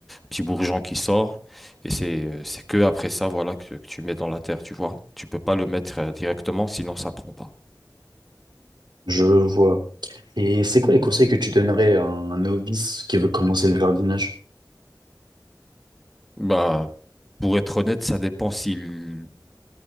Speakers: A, in the centre; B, on the right.
A: petit bourgeon qui sort. Et c'est, c'est que après ça, voilà, que, que tu mets dans la terre, tu vois. Tu peux pas le mettre euh, directement, sinon ça prend pas.
B: Je vois. Et c'est quoi les conseils que tu donnerais à un novice qui veut commencer le jardinage?
A: Bah, pour être honnête, ça dépend si l-